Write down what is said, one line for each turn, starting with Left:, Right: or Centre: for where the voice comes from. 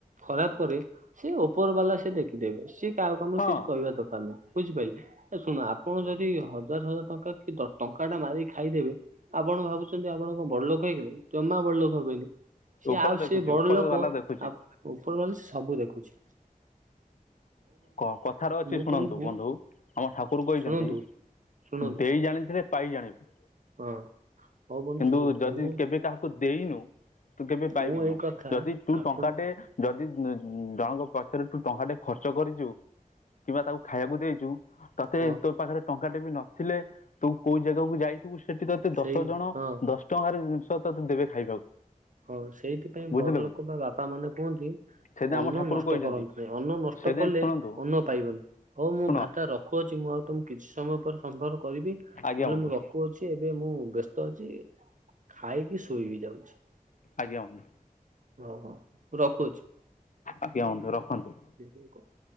Right: ଖରାପ୍ କରେ ସେ ଉପର ବାଲା ସେ ସେ ଦେଖିଦେବେ ସିଏ କାହାକୁ ଆମର
Left: ହଁ
Right: କିଛି କହିବା ଦରକାର ନାହିଁ। ବୁଝିପାଇଲେ। ଦେଖନ୍ତୁ ଆପଣ ଯଦି ହଜାର ହଜାର ଟଙ୍କା କି ଟଙ୍କା ଟା ମାରିକି ଖାଇଦେବେ ଆପଣ ଭାବୁଚନ୍ତି ଆପଣ କଣ ବଡ୍ ଲୋକ୍ ହେଇଗଲେ ଜମା ବଡଲୋକ ହେବେନି। ସେ
Left: ଉପର
Right: ଆଉ
Left: ଦେଖୁଛି
Right: ସେ ବଡ
Left: ଉପର
Right: ଲୋକ
Left: ବାଲା ଦେଖୁଛି
Right: ଆ ଉପର ବାଲା ସେ ସବୁ ଦେଖୁଚି।
Left: କ-କଥାରେ ଅଛି
Right: ମୁଁ
Left: ଶୁଣନ୍ତୁ
Right: ତମକୁ
Left: ବନ୍ଧୁ ଆମ ଠାକୁର୍ କହିଚନ୍ତି
Right: ଶୁଣନ୍ତୁ ଶୁଣନ୍ତୁ
Left: ଦେଇ ଜାଣିଥିଲେ ପାଇ ଜାଣିବୁ।
Right: ହଁ। ହଉ ବନ୍ଧୁ
Left: କିନ୍ତୁ
Right: ଶୁଣନ୍ତୁ
Left: ଯଦି
Right: ମୁଁ
Left: କେବେ କାହାକୁ ଦେଇନୁ ତୁ କେବେ ପାଇବୁନୁ
Right: ମୁଁ ଏଇ କଥା
Left: ଯଦି ତୁ
Right: ଆପଣ
Left: ଟଙ୍କାଟେ ଯଦି ଜଣଙ୍କ ପଛରେ ତୁ ଟଙ୍କାଟେ ଖର୍ଚ୍ଚ କରିଚୁ କିମ୍ବା ତାକୁ ଖାଇବାକୁ ଦେଇଚୁ ତତେ
Right: ହଁ
Left: ତୋ ପାଖେରେ ଟଙ୍କା ଟେ ବି ନଥିଲେ ତୁ କୋଉ ଜାଗାକୁ ଯାଇଥିବୁ ସେଠି ତ ତେ ଦଶ
Right: ସେଇ
Left: ଜଣ
Right: ହଁ
Left: ଦଶ ଟଙ୍କାରେ ଜିନିଷ ତତେ ଦେବେ ଖାଇବାକୁ।
Right: ହଁ ସେଇଥିପାଇଁ
Left: ବୁଝିଲୁ
Right: ବଡ ଲୋକ
Left: କି
Right: ବା ବାପା ମାନେ କୁହନ୍ତି
Left: ସେଇଥିପାଇଁ
Right: ଅନ୍ନ
Left: ଆମ ଠାକୁର
Right: ନଷ୍ଟ
Left: କହିଛନ୍ତି
Right: କରନ୍ତୁ ନାହିଁ ଅନ୍ନ ନଷ୍ଟ
Left: ସେଇଥିପାଇଁ
Right: କଲେ
Left: ଶୁଣନ୍ତୁ
Right: ଲେ ଅନ୍ନ ପାଇବାନି ହଉ ମୁଁ
Left: ଶୁଣ
Right: ଭାତା ରଖୁଅଛି ମୁଁ ଆଉ ତମକୁ କିଛି ସମୟ ପରେ ସମ୍ପର୍କ କରିବି।
Left: ଆଜ୍ଞା ବନ୍ଧୁ।
Right: କହୁଚି ଏବେ ମୁଁ ବ୍ୟସ୍ତ ଅଛି ଖାଇକି ଶୋଇବିି ଯାଉଚି।
Left: ଆଜ୍ଞା ବନ୍ଧୁ।
Right: ଓ ହୋ ରଖୁଚି।
Left: ଆଜ୍ଞା ବନ୍ଧୁ ରଖନ୍ତୁ।
Right: ବ <unintelligible>